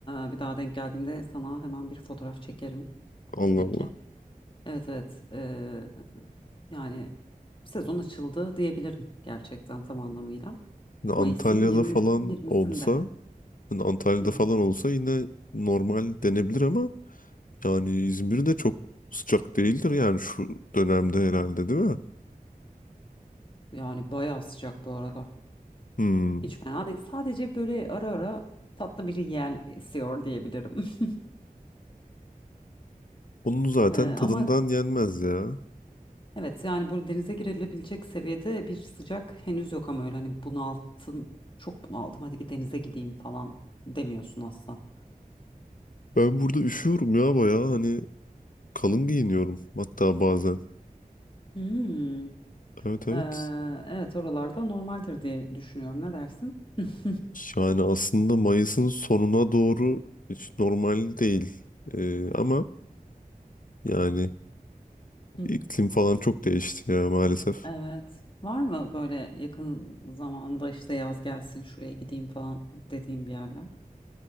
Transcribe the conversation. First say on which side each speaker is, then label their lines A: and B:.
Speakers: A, on the left; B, on the left.
A: E, bir daha denk geldiğimde sana hemen bir fotoğraf çekerim
B: Allah
A: tabii
B: Allah.
A: ki. Evet evet Ee, yani sezon açıldı diyebilirim gerçekten tam anlamıyla.
B: Antalya'da
A: Mayıs'ın 20,
B: falan
A: 20'sinde.
B: olsa Yani Antalya'da
A: Hı hı.
B: falan olsa yine normal denebilir ama yani İzmir de çok sıcak değildir yani şu dönemde herhalde değil mi?
A: Yani bayağı sıcak bu arada.
B: Hmm.
A: Hiç fena değil. Sadece böyle ara ara tatlı bir yel esiyor diyebilirim. <laughs>
B: Onun zaten
A: Ee,
B: tadından
A: ama
B: yenmez ya.
A: evet yani böyle denize girilebilecek seviyede bir sıcak henüz yok ama öyle hani bunalttım çok bunaldım hadi bir denize gideyim falan demiyorsun asla.
B: Ben burada üşüyorum ya bayağı hani kalın giyiniyorum hatta bazen.
A: Hmm.
B: Evet evet.
A: Ee, evet oralarda normaldir diye düşünüyorum. Ne dersin? <laughs>
B: Yani aslında Mayıs'ın sonuna doğru hiç normal değil. Ee, ama yani
A: Hı hı.
B: iklim falan çok değişti ya maalesef.
A: Evet. Var mı böyle yakın zamanda işte yaz gelsin şuraya gideyim falan dediğim bir yerler?